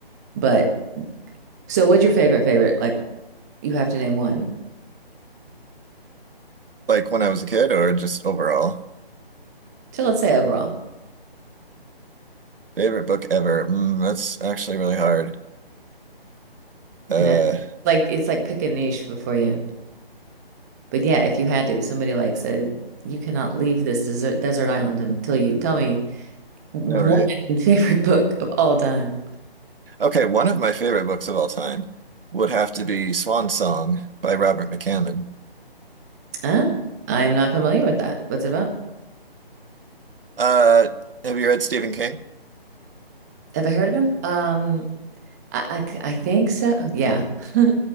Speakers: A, on the right; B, on the right.
A: But so what's your favorite favorite? Like you have to name one.
B: Like when I was a kid or just overall.
A: So let's say overall,
B: Favorite book ever. Mm, that's actually really hard. Uh,
A: you know, like it's like pick a niche before you. But yeah, if you had to, somebody like said, you cannot leave this desert, desert island until you tell me one
B: no, right?
A: <laughs> favorite book of all time.
B: Okay, one of my favorite books of all time would have to be Swan Song by Robert McCammon.
A: Oh, I am not familiar with that. What's it about?
B: Uh, have you read Stephen King?
A: Have I heard of him? Um, I, I c- I think so. Yeah. <laughs>